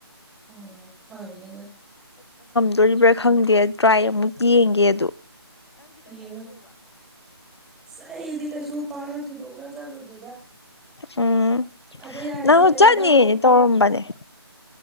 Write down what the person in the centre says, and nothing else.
ꯎꯝ ꯍꯅꯦꯗ
ꯏ ꯁꯥꯏꯗꯤ ꯀꯩꯁꯨ ꯄꯥꯅ ꯊꯣꯏꯗꯣꯛꯅ ꯆꯠꯂꯨꯗꯦꯗ
ꯑꯗꯣ ꯌꯥꯔꯦꯁꯦ
ꯀꯩꯅꯣ ꯇꯧꯔꯣ